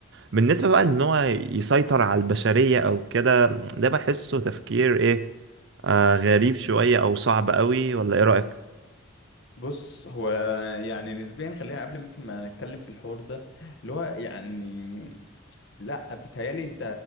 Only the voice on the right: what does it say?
بالنسبة بقى إن هو يسيطر على البشرية أو كده ده بحسه تفكير إيه آه غريب شوية أو صعب أوي ولا إيه رأيك؟